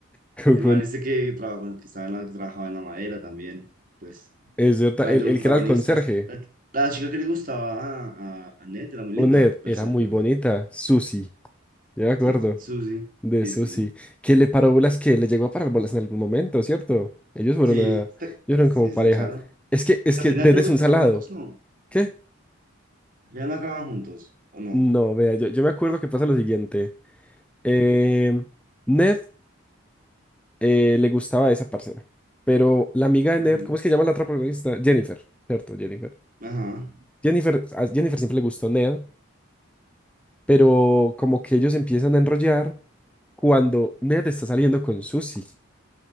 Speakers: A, in the centre; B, on the right.
A: Coco,
B: El man este que trabajaba, bueno, que estaba en la, que trabajaba en la madera también. Pues,
A: es verdad,
B: obviamente
A: el,
B: los
A: el
B: protagonistas.
A: que era el conserje,
B: La, la chica que le gustaba a, a, a Ned era muy
A: un
B: linda,
A: Ned,
B: per
A: era
B: se,
A: muy
B: en verdad.
A: bonita. Susie, yo me acuerdo
B: Sí, sí, Susi,
A: de
B: sí,
A: Susie.
B: sí,
A: Que le paró bolas, que le llegó a parar bolas en algún momento, ¿cierto? Ellos fueron
B: sí,
A: a, ellos
B: te-
A: fueron
B: sí,
A: como pareja.
B: sí, claro.
A: Es que, es
B: Al
A: que
B: final
A: Ned
B: creo
A: es
B: que
A: un
B: acaban
A: salado.
B: juntos, ¿no?
A: ¿Qué?
B: Al final no acaban juntos, ¿o no?
A: No, vea, yo, yo me acuerdo que pasa lo siguiente. Eh, Ned. eh, le gustaba a esa parcera. Pero la amiga de
B: Ujú,
A: Ned, ¿cómo es que se llama la otra protagonista? Jennifer, ¿cierto? Jennifer.
B: Ajá,
A: Jennifer, a Jennifer siempre le gustó Ned, pero como que ellos empiezan a enrollar cuando Ned está saliendo con Susie.